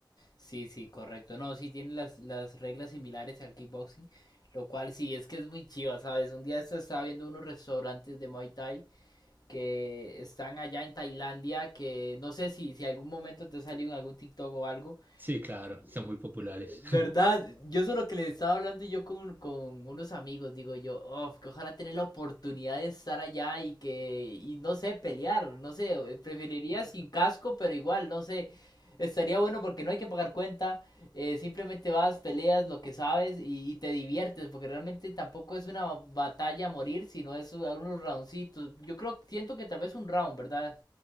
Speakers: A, on the left; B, on the right.
A: Sí, sí, correcto. No, sí tiene las, las reglas similares al kickboxing, lo cual sí es que es muy chiva, ¿sabes? Un día esto estaba viendo unos restaurantes de Muay Thai que están allá en Tailandia, que no sé si, si algún momento te ha salido en algún TikTok o algo,
B: Sí, claro,
A: eh,
B: son muy populares.
A: ¿Verdad? Yo solo que le estaba hablando yo con, con unos amigos, digo yo, "Uf, que ojalá tener la oportunidad de estar allá y que, y no sé, pelear, no sé, eh, preferiría <laughs> sin casco, pero igual, no sé, estaría bueno porque no hay que pagar cuenta, eh, simplemente vas, peleas lo que sabes y, y te diviertes, porque realmente tampoco es una batalla a morir, sino es unos roundcitos, yo creo, siento que tal vez un round, ¿verdad?